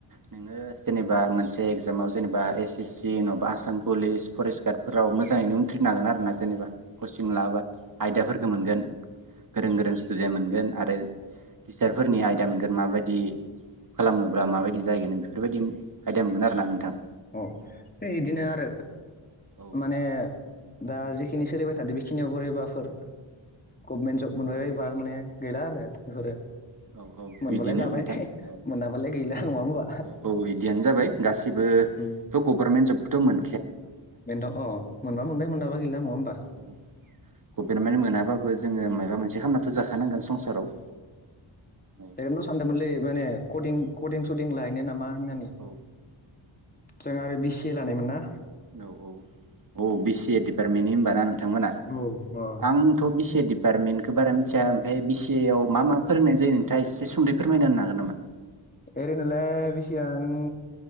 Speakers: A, on the right (about 40°); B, on the left (about 20°).
A: नोङो जेनेबा मोनसे। एगजामाव जेनेबा एस-सि-सि नङाबा आसाम पुलिस, फरेस्ट गार्डफोराव मोजाङैनो उन्थ्रिनो हागोन आरो ना जेनेबा। कचिं लाबा आयदाफोरखौ मोनगोन गोरों गोरों स्टुदेन्ट मोनगोन आरो टिचारफोरनि आय आयदा मोनगोन माबायदि खालामोब्ला माबायदि जाहैगोन नों बेफोरबायदि आयदा मोनगोन आरोना नोंथां
B: अ' है इदिनो आरो
A: औ
B: माने दा जि <unintelligible> खिनि सोलिबाय थादो बेखिनियाव बोरैबाफोर गभमेन्ट जब मोनबाय बायबा माने गैला आरो बेफोरो
A: औ औ
B: मोनबालाय
A: बिदिनो
B: लाबाय
A: नोंथां औ
B: मोनाबालाय गैला नङा होमबा
A: औ औ बिदियानो जाबाय गासैबो ।
B: उम
A: ओ थ' गभारमेन्ट जबखौथ' मोन
B: बेनोथ' अ मोनबा मोनबाय मोनाबा गैला नङा होमबा?
A: औ औ गभर्नमेन्ट मोनाबाबो जोङो माबा मोनसे खालामनाथ' जाखानांगोन संसाराव औ
B: बेखायनोथ' सानदोंमोनलै माने कदिं कदिं सदिं लायनो नामा होनानि
A: औ
B: जों आरो बि सि ए लानायमोन ना
A: औ औ औ बि सि ए डिपार्टमेन्टनि होनबाना नों बिथांमोना
B: औ अ
A: आंथ' बे सि ए डिपार्टमेन्टखौ बारा मिथिया ओमफाय बि सि ए आव मा मा फोरोंनाय जायो नोंथाङा एसे सुंदै फोरमायनो होनो हागोन नामा?
B: ओरैनोलाय बि सि ऊया नों